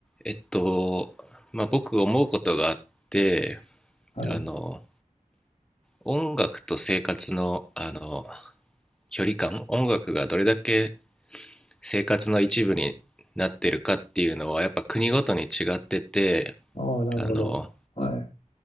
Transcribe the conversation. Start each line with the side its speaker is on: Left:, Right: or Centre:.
Centre: えっと、まあ、僕思うことがあって、
Left: はい。
Centre: あの、音楽と生活の、あの、距離感、音楽がどれだけ生活の一部になってるかっていうのは、やっぱ国ごとに違ってて、
Left: ああ、なるほど。
Centre: あの、
Left: はい。